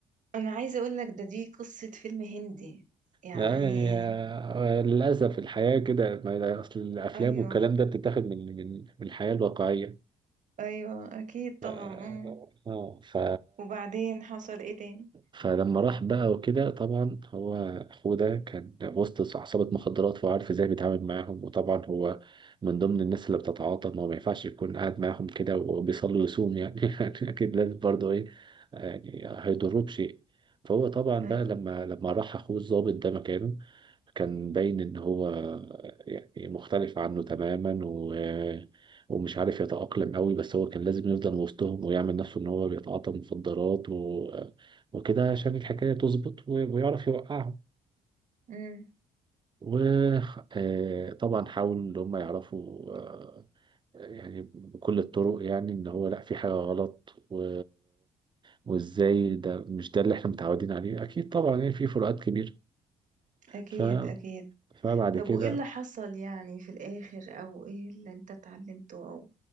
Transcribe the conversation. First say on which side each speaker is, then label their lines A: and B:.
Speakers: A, on the right (about 55°); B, on the right (about 30°).
A: أنا عايزة أقول لك ده دي قصة فيلم هندي يعني
B: آه يعني آه، للأسف الحياة كده ما- أصل الأفلام
A: ايوه
B: والكلام ده بتتاخد من من من الحياة الواقعية
A: ايوه اكيد طبعا
B: اه
A: آه.
B: آه، ف
A: وبعدين حصل ايه تاني
B: فلما راح بقى وكده طبعا هو أخوه ده كان وسط عصابة مخدرات فهو عارف ازاي بيتعامل معاهم وطبعا هو من ضمن الناس اللي بتتعاطى ما هو ما ينفعش يكون قاعد معاهم كده وبيصلي ويصوم يعني <laughs> يعني أكيد لازم برضه إيه يعني هيضروه بشيء فهو طبعا
A: أيوه
B: بقى لما لما راح أخوه الضابط ده مكانه كان باين إن هو يعني مختلف عنه تماما و ومش عارف يتأقلم قوي بس هو كان لازم يفضل وسطهم ويعمل نفسه إن هو بيتعاطى مخدرات و... وكده عشان الحكاية تظبط و- ويعرف يوقعهم
A: أمم.
B: وطبعا حاول ان هم يعرفوا آه، يعني بكل الطرق يعني ان هو لا في حاجة غلط و... وازاي ده مش ده اللي احنا متعودين عليه اكيد طبعا يعني في فروقات كبيرة
A: أكيد
B: ف...
A: أكيد
B: فبعد
A: طب
B: كده
A: وإيه اللي حصل يعني في الآخر أو إيه اللي أنت اتعلمته أو